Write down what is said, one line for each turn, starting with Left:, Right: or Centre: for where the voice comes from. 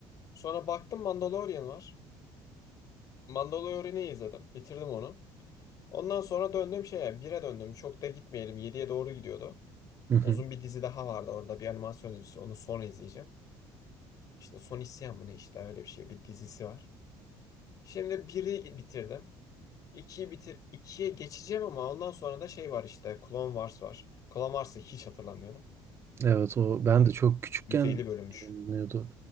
Left: Sonra baktım Mandalorian var. Mandalorian'ı izledim. Bitirdim onu. Ondan sonra döndüm şeye 1'e döndüm. Çok da gitmeyelim. yediye doğru gidiyordu.
Right: Hı hı.
Left: Uzun bir dizi daha vardı orada. Bir animasyon dizisi. Onu sonra izleyeceğim. İşte Son İsyan mı ne işte öyle bir şey. Bir dizisi var. Şimdi biri bitirdim. 2'yi bitir 2'ye geçeceğim ama ondan sonra da şey var işte. Clone Wars var. Clone Wars'ı hiç hatırlamıyorum.
Right: Evet o
Left: O
Right: ben
Left: da
Right: de çok küçükken
Left: 150 bölünmüş
Right: yayınlanıyordu.